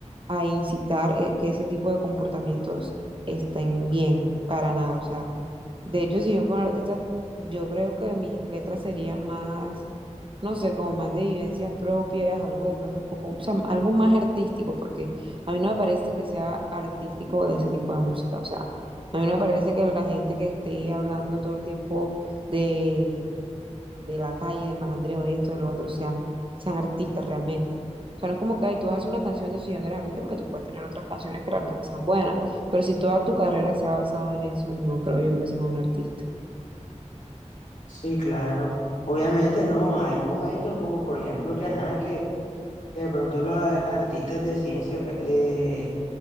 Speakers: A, on the right; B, on the left.
A: a incitar eh, que ese tipo de comportamientos estén bien, para nada, o sea, de hecho, si yo fuera un artista, yo creo que mis letras serían más, no sé, como más de vivencias propias, algo de pronto un poco, o sea, algo más artístico, porque a mí no me parece que sea artístico ese tipo de música. O sea, a mí no me parece que la gente que esté hablando todo el tiempo de, de la calle, del malandreo, de esto, de lo otro, sean, sean artistas realmente. O sea, no es como que ay, tú haces una canción de si ya no eres artista, porque tú puedes tener otras canciones que realmente sean buenas. Pero si toda tu carrera se ha basado en eso, no creo yo que seas un artista.
B: Sí, claro. Obviamente, no, hay momentos como, por ejemplo, que, ajá, que De pronto los a- artistas de ciencia eh,